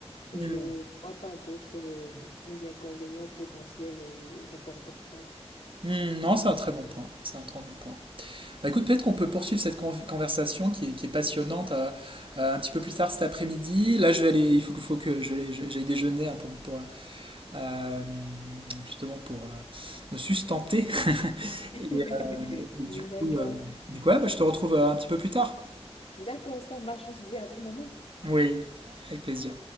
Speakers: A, on the left; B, on the right.
A: je
B: Mm.
A: ne vois pas d'autres euh, inconvénients potentiels euh, importants. Voilà.
B: Hmm, non, c'est un très bon point. C'est un très bon point. Bah écoute, peut-être qu'on peut poursuivre cette con- conversation qui est, qui est passionnante euh, euh, un petit peu plus tard cet après-midi. Là, je vais aller, il faut que, faut que je vais aller- j'aille déjeuner hein, pour, pour, euh, justement pour euh, me sustenter.
A: <laughs>
B: Et, euh, et du
A: D'accord.
B: coup, euh, du coup, ouais, bah, je te retrouve euh, un petit peu plus tard.
A: D'accord, ça marche. On se dit à tout moment.
B: Oui, avec plaisir.